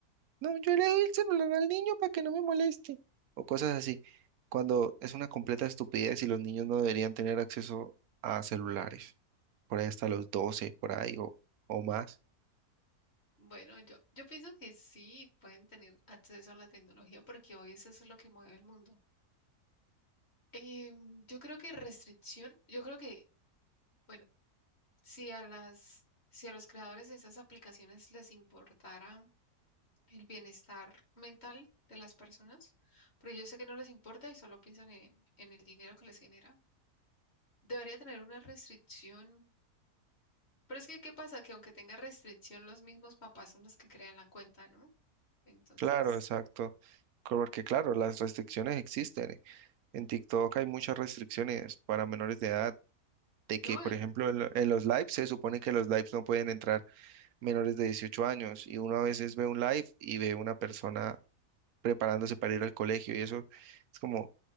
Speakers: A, on the right; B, on the left.
A: no, yo le doy el celular al niño para que no me moleste o cosas así, cuando es una completa estupidez y los niños no deberían tener acceso a celulares, por ahí hasta los 12 por ahí o, o más.
B: Bueno, yo, yo pienso que sí pueden tener acceso a la tecnología porque hoy eso es lo que mueve el mundo. Em, yo creo que restricción, yo creo que, bueno, si a las, si a los creadores de esas aplicaciones les importara el bienestar mental de las personas, porque yo sé que no les importa y solo piensan en, en el dinero que les genera. Debería tener una restricción. Pero es que, ¿qué pasa? Que aunque tenga restricción, los mismos papás son los que crean la cuenta, ¿no? Entonces,
A: Claro, exacto, porque claro, las restricciones existen. En TikTok hay muchas restricciones para menores de edad, de
B: no,
A: que, por ejemplo, en, lo- en los lives se supone que los lives no pueden entrar menores de 18 años y uno a veces ve un live y ve una persona preparándose para ir al colegio y eso es como